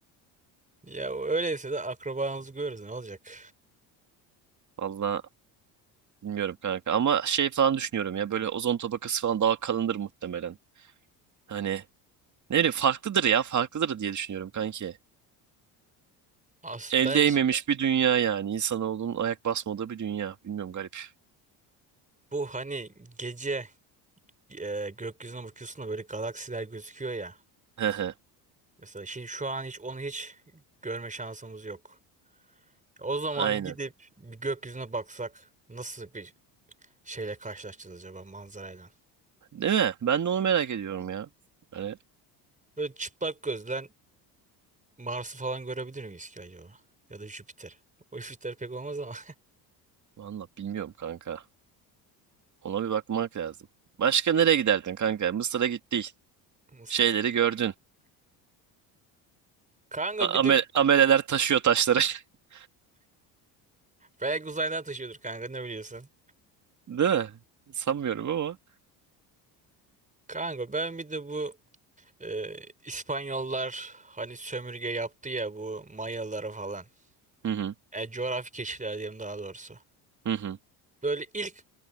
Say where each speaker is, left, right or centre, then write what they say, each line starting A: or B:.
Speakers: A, on the right; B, on the right.
A: ya öyleyse de akrabamızı görürüz ne olacak?
B: Valla Bilmiyorum kanka ama şey falan düşünüyorum ya böyle ozon tabakası falan daha kalındır muhtemelen. Hani ne bileyim farklıdır ya farklıdır diye düşünüyorum kanki.
A: As
B: El
A: ben
B: değmemiş bir dünya yani insanoğlunun ayak basmadığı bir dünya. Bilmiyorum garip.
A: bu hani gece e, gökyüzüne bakıyorsun da böyle galaksiler gözüküyor ya.
B: <laughs> Hehe,
A: Mesela şimdi şu an hiç onu hiç görme şansımız yok. O zaman
B: Aynen.
A: gidip bir gökyüzüne baksak nasıl bir şeyle karşılaşacağız acaba manzarayla?
B: Değil mi? Ben de onu merak ediyorum ya. Hani
A: Böyle çıplak gözden Mars'ı falan görebilir miyiz ki acaba? Ya da Jüpiter. <laughs> O Jüpiter pek olmaz ama.
B: valla bilmiyorum kanka. Ona bir bakmak lazım. Başka nereye giderdin kanka? Mısır'a gittik.
A: <laughs> Nasıl?
B: Şeyleri gördün.
A: Kanka
B: A-
A: bir
B: amel-
A: de
B: ameleler taşıyor taşları. <laughs>
A: belki uzaydan taşıyordur kanka ne biliyorsun?
B: Değil mi? Sanmıyorum ama.
A: Kanka ben bir de bu e, İspanyollar hani sömürge yaptı ya bu Mayalara falan.
B: Hı hı.
A: E, coğrafi keşifler diyelim daha doğrusu.
B: Hı hı.
A: Böyle ilk